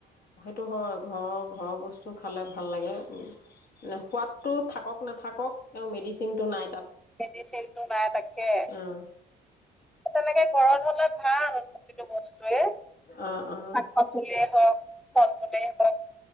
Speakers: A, on the left; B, in the centre.
A: টো হয় ঘৰৰ ঘৰৰ বস্তু খালে ভাল লাগে মানে সোৱাদটো থাকক নাথাকক তেওঁ মেডিচিনটো নাই তাত।
B: মেডিচিনটো নাই তাকে
A: অঁ
B: তেনেকে ঘৰত হলত ভাল বস্তুৱে শাক
A: অঁ অঁ
B: পাচলিয়ে হওক ফল মূলেই হওঁক।